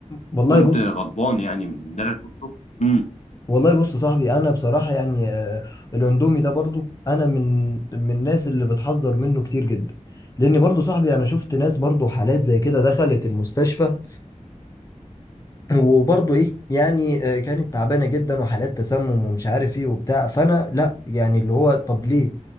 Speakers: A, on the left; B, on the left.
A: والله
B: وكنت
A: بص
B: غضبان يعني من اللي أنا شفته امم
A: والله بص يا صاحبي انا بصراحة يعني آه، الاندومي ده برضو انا من من الناس اللي بتحذر منه كتير جدا لان برضو صاحبي انا شفت ناس برضو حالات زي كده دخلت المستشفى وبرضه ايه يعني آه، كانت تعبانه جدا وحالات تسمم ومش عارف ايه وبتاع فانا لا يعني اللي هو طب ليه